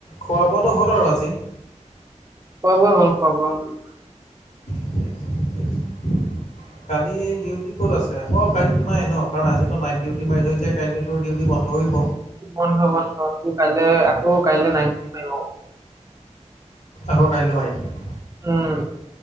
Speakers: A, on the left; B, on the right.
A: খোৱা বোৱাটো হ'ল আৰু আজি?
B: খোৱা বোৱা হল, খোৱা বোৱা হল।
A: ঠিকে আছে ঠিকে আছে। কালি ডিউটি ক'ত আছে অ কালিতো নাই ন কাৰণ আজিটো নাইট ডিউটি মাৰি হৈ যায়। কাইলে তোৰ ডিউটি বন্ধ কৰিব।
B: বন্ধ-বন্ধ, তোৰ কাইলে আকৌ কাইলে নাই <unintelligible>
A: আকৌ কাইলে মৰিব।
B: উম,